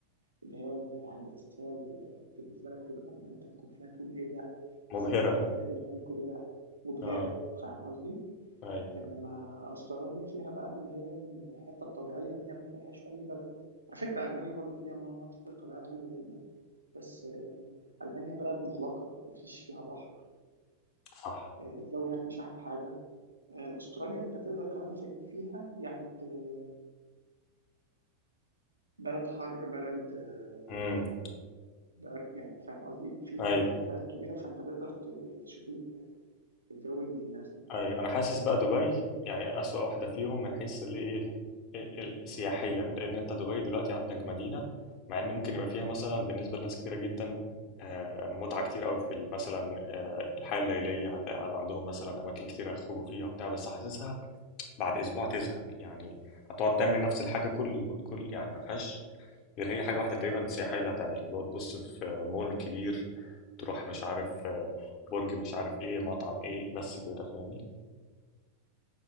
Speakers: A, on the right; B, on the left.
A: اللي هي الهندسية اللي بالنسبة لك تبقى أما أنت تكون فيها تقول إيه ده
B: مبهرة
A: إزاي البني آدم قدر يعمل كل ده مبهرة
B: اه
A: فاهم قصدي؟
B: أي
A: إنما أستراليا فيها بقى اللي هي الحتة الطبيعية اللي هي ما تلاقيهاش في أي بلد على فكرة ألمانيا برضو فيها مناطق طبيعية حلوة جدا بس آه، ألمانيا بلد مغلقة مفيش فيها بحر
B: صح
A: آه، الجو هناك مش أحلى حاجة آه، استراليا انت تقدر كمان في فيها يعني ت- بلد حر بلد آه،
B: امم
A: بر- يعني فاهم قصدي في
B: ايوه
A: ك- يعني بلد كبيرة فانت تقدر ت- تشوف ال- الجو اللي يناسبك
B: ايوه انا حاسس بقى دبي يعني اسوأ واحده فيهم من حيث الايه ال- سياحيا لان انت دبي دلوقتي عندك مدينه مع ان ممكن يبقى فيها مثلا بالنسبه لناس كتيره جدا آه، متعه كتير قوي في ال- مثلا آه، الحياه الليليه هتلاقي عندهم مثلا اماكن كتيره يخرجوا فيها وبتاع بس حاسسها بعد اسبوع تزهق يعني هتقعد تعمل نفس الحاجه كل كل يعني ما فيهاش غير هي حاجه واحده تقريبا سياحيه اللي هتعملها اللي هو تبص في مول كبير تروح مش عارف آه، برج مش عارف ايه مطعم ايه بس كده فاهمني